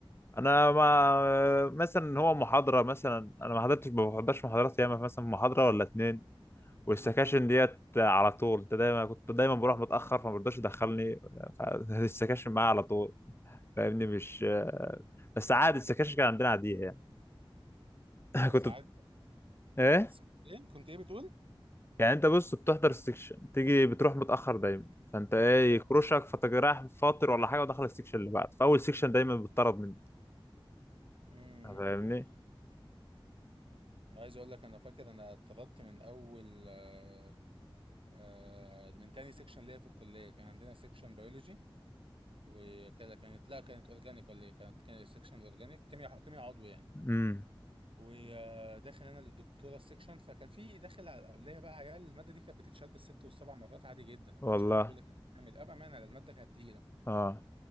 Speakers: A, on the left; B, on the right.
A: انا ما مثلا هو محاضرة مثلا انا ما حضرتش ما بحضرش محاضرات ياما مثلا محاضرة ولا اتنين والسكاشن
B: امم
A: ديت على طول انت دايما كنت دايما بروح متأخر فما برضاش يدخلني فالسكاشن معايا على طول فاهمني مش بس عادي السكاشن كان عندنا عاديه يعني <laughs>
B: بس
A: كنت
B: عادي
A: بت- ايه
B: بس كنت ايه كنت ايه بتقول
A: يعني انت بص بتحضر السكشن تيجي بتروح متاخر دايما فانت ايه
B: تمام
A: يكروشك فتجرح فاطر ولا حاجه ودخل السكشن اللي بعد فاول سكشن دايما بتطرد منه
B: امم
A: فاهمني
B: عايز اقول لك انا فاكر انا اتطردت من اول آه آه من تاني سيكشن ليا في الكليه كان عندنا سيكشن بيولوجي وكده كانت لا كانت اورجانيك ولا ايه كانت كانت سيكشن اورجانيك كيمياء كيمياء عضوي يعني
A: امم
B: وداخل انا للدكتوره السكشن فكان في داخل على قبليه بقى عيال الماده دي كانت بتتشال بالست والسبع مرات عادي جدا ما كانش
A: والله
B: حد بيقول لك انت بتعمل إيه. ابا مانع الماده كانت تقيله
A: اه